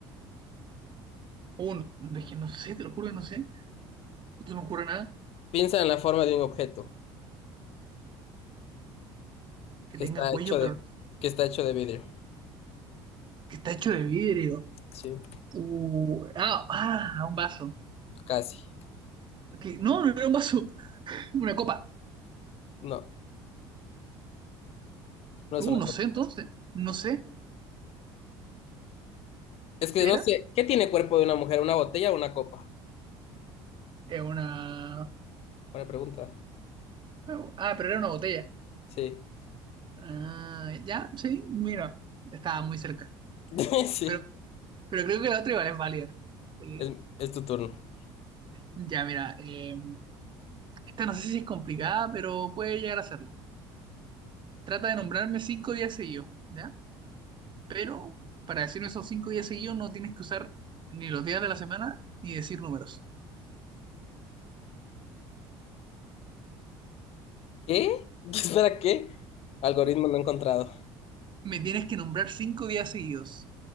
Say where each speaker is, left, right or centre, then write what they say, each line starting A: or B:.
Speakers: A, on the right (about 40°); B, on the left (about 55°).
A: un... Es que no sé, te lo juro que no sé. No se me ocurre nada
B: Piensa en la forma de un objeto
A: que
B: que
A: tenga
B: está
A: cuello,
B: hecho
A: pero
B: de, que está hecho de vidrio.
A: que está hecho de vidrio.
B: Sí,
A: Uh, ah, ah, un vaso.
B: casi.
A: Que- No, no era un vaso, <laughs> una copa.
B: No, no es
A: Uh,
B: una
A: no
B: copa.
A: sé entonces, no sé
B: Es que
A: qué
B: no
A: era.
B: sé, ¿qué tiene cuerpo de una mujer? ¿Una botella o una copa?
A: Era una...
B: Buena pregunta.
A: bueno, Ah, pero era una botella.
B: Sí.
A: Ah, ya, sí, mira, estaba muy cerca.
B: <laughs> Sí.
A: Pero, pero creo que la otra igual es válida. El-
B: Es, es tu turno.
A: Ya, mira, eh, esta no sé si es complicada, pero puede llegar a serlo. Trata de nombrarme cinco días seguidos, ¿ya? Pero para decirme esos cinco días seguidos no tienes que usar ni los días de la semana ni decir números.
B: ¿Qué? <laughs> ¿Espera qué? Algoritmo no encontrado.
A: Me tienes que nombrar cinco días seguidos,